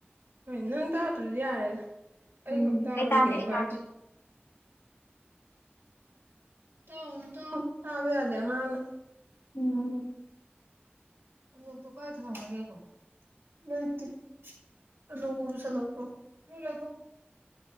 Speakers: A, on the right; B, on the left.
A: ꯍꯣꯏ ꯅꯪ ꯇꯥꯗ꯭ꯔꯗꯤ ꯌꯥꯔꯦꯗ ꯑꯩꯈꯛ
B: ꯎꯝ
A: ꯇꯥꯕꯗꯤ
B: ꯑꯩ ꯇꯥꯗꯦ
A: ꯀꯩꯝ
B: ꯑꯩ
A: ꯀꯥꯏꯗ‌ꯦ
B: ꯇꯥꯗꯦ
A: ꯇꯥꯎꯅꯨ ꯇꯥꯎꯅꯨ ꯇꯥꯕ ꯌꯥꯗꯦ ꯑꯉꯥꯡꯅ
B: ꯎꯝ
A: ꯑꯅꯣꯛꯇꯣ ꯀꯥꯏ ꯊꯅꯝꯃꯒꯦ ꯑꯩꯕꯣ ꯂꯩꯇꯦ ꯑꯅꯣꯛꯄꯨ ꯄꯨꯁꯜꯂꯛꯄ꯭ꯔꯣ ꯂꯩ